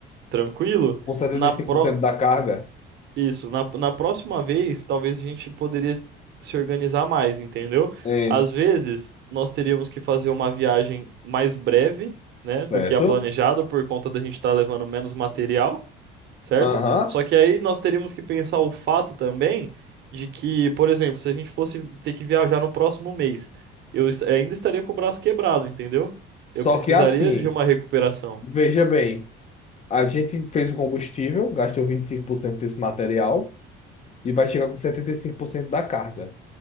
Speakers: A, on the right; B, on the left.
A: tranquilo,
B: Com setenta
A: na
B: e cinco
A: pro...
B: por cento da carga.
A: Isso, na, na próxima vez, talvez a gente poderia se organizar mais, entendeu?
B: É,
A: Às vezes, nós teríamos que fazer uma viagem mais breve, né, do
B: certo?
A: que a planejada, por conta da gente estar levando menos material. certo?
B: Aham.
A: Só que aí nós teríamos que pensar o fato também de que, por exemplo, se a gente fosse ter que viajar no próximo mês, eu es- ainda estaria com o braço quebrado, entendeu?
B: Só
A: Eu precisaria
B: que assim,
A: de uma recuperação.
B: veja bem, a gente fez o combustível, gastou 25% desse material e vai chegar com 75% da carga.